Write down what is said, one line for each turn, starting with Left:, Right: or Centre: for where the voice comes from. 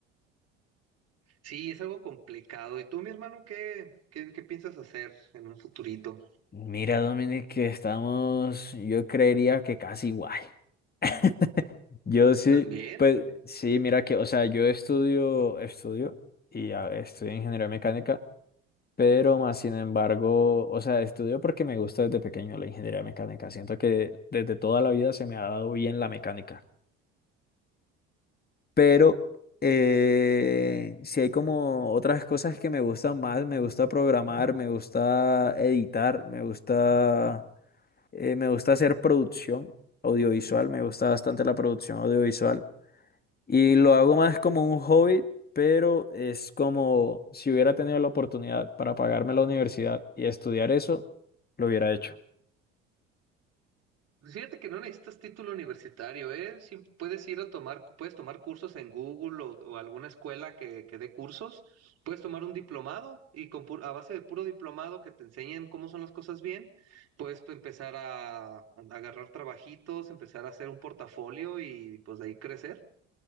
Right: Sí, es algo complicado. ¿Y tú, mi hermano, qué, qué, qué piensas hacer en un futurito?
Left: Mira, Dominic, que estamos, yo creería que casi igual. <laughs> Yo sí,
Right: También.
Left: pues sí, mira que, o sea, yo estudio, estudio y a- estudio ingeniería mecánica, pero más sin embargo, o sea, estudio porque me gusta desde pequeño la ingeniería mecánica. Siento que desde toda la vida se me ha dado bien la mecánica. Pero eh, si hay como otras cosas que me gustan más, me gusta programar, me gusta editar, me gusta. eh, me gusta hacer producción audiovisual, me gusta bastante la producción audiovisual y lo hago más como un hobby, pero es como si hubiera tenido la oportunidad para pagarme la universidad y estudiar eso, lo hubiera hecho.
Right: Pues Fíjate que no necesitas título universitario, ¿eh? Sí, puedes ir a tomar, puedes tomar cursos en Google o, o alguna escuela que, que dé cursos. Puedes tomar un diplomado y con pu- a base de puro diplomado que te enseñen cómo son las cosas bien, puedes empezar a, a agarrar trabajitos, empezar a hacer un portafolio y pues de ahí crecer.